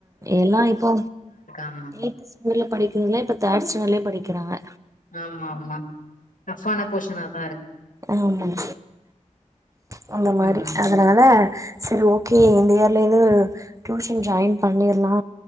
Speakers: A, on the right; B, on the left.
A: எல்லா இப்போ
B: ஆமா
A: எய்த் ஸ்டாண்டர்ட்ல படிக்கிறதெல்லா இப்போ த்ர்ட் ஸ்டாண்டர்லயே படிக்கிறாங்க
B: ஆமா ஆமா டஃபான போர்ஷனா தா இருக்கு
A: ஆமாங்க நம்ம மாரி
B: ம்
A: அதனால சரி ஓகே நேர்ல எதோ டியூஷன் ஜாயின் பண்ணிர்லா